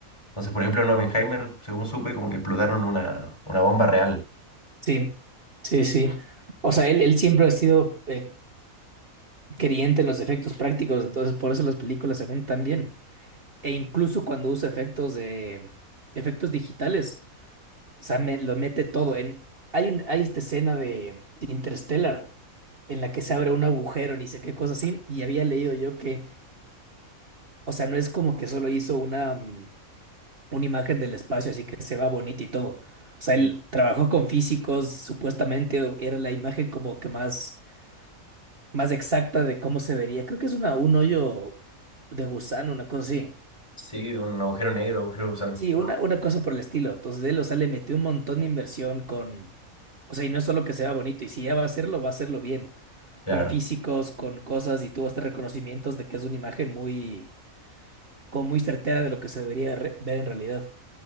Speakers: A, on the left (about 20°); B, on the right (about 40°).
A: Entonces, por ejemplo, en Oppenheimer, según supe, como que explotaron una, una bomba real.
B: Sí, sí, sí. O sea, él, él siempre ha sido eh, creyente en los efectos prácticos, entonces por eso las películas se ven tan bien. E incluso cuando usa efectos de efectos digitales, o sea, me- lo mete todo. En, hay un, hay esta escena de, de Interstellar en la que se abre un agujero, ni sé qué cosa así, y había leído yo que, o sea, no es como que solo hizo una, mm, una imagen del espacio, así que se va bonita y todo. O sea,
A: Sí,
B: él trabajó con físicos, supuestamente era la imagen como que más más exacta de cómo se vería. Creo que es una, un hoyo de gusano, una cosa así.
A: Sí, un agujero negro, agujero de gusano.
B: Sí, una, una cosa por el estilo. Entonces, de él, o sea, le metió un montón de inversión con... O sea, y no es solo que sea bonito, y si ya va a hacerlo, va a hacerlo bien.
A: Claro.
B: Con físicos, con cosas, y tuvo hasta reconocimientos de que es una imagen muy, como muy certera de lo que se debería re- ver en realidad.